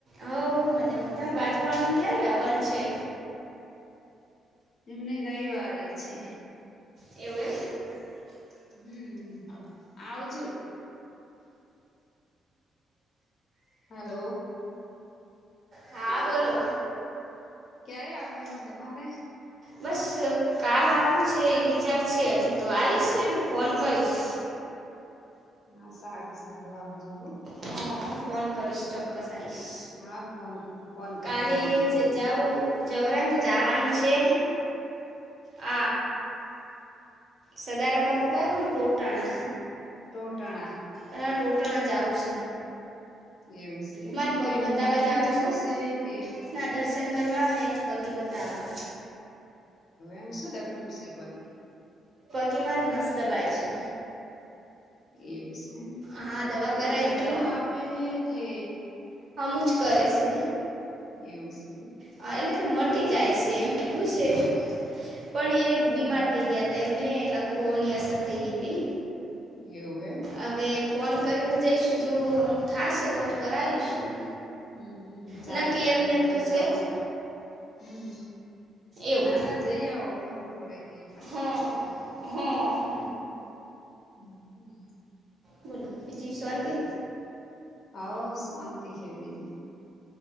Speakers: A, on the right (about 35°); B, on the left (about 45°).
A: હવ મજામાંજ તારે બાજુવાળ ક્યારે આવન છે
B: એમને રવિવારે છે
A: એવું એમ
B: હમ આવજુ હલો
A: હા બોલો
B: ક્યારે આવવાનું તમારે
A: બસ કાલ આવવું છે એ વિચાર છે હજુ તો આવીશ એટલે ફોન કરીશ
B: <inaudible> હા સારું સારું આવજુ હ
A: હં ફોન કરીશ ચોક્કસ આવીશ
B: હા ફોન ફોન કરીને
A: કાલે
B: આવજો
A: જ
B: હો
A: જાઉં જવરા તો જવાનું છે હ સદારમ બાપુ કાય તને ટોટના
B: ટોટણા
A: હ ટોટાણા જઉું છે
B: એવું છે
A: મારે
B: એમ
A: પગ
B: કેમ
A: બતાવવા
B: એમને
A: જાવું
B: એમ જવું છે કે
A: ના દર્શન કરવા અને એ પગે બતાવા.
B: એમ શું તકલીફ છે પગી?
A: કે મારે નસ દબાય છે.
B: એમ છે
A: હા દવા
B: તે
A: કરાવી
B: ત્યાં
A: હતી
B: દવા આપે છે કે
A: કછ કરે છે.
B: એવું છે.
A: હા એટલે કે મટી જાય છે એમ કીધું છે. પણ એ બીમાર
B: હમ
A: થઈ ગયા હતા એમને લખવની અસર થઈ ગઈ હતી.
B: એવું એમ.
A: હવે ફોન કરીને જઈશું જો હમું થશે તો કરાવીશું.
B: હમ ચાલે
A: નક્કી
B: ચાલે
A: એમને એમ
B: જઈ
A: તો છે
B: આવો.
A: જ
B: હમ
A: એવું
B: ના ના જઈ આવો ખબર પડે. એ મટી
A: હા
B: જાય તો હોળી.
A: હા
B: હમ.
A: બોલો. બીજી
B: સારું
A: શાંતિ
B: સાર. હવ શોત હવી જ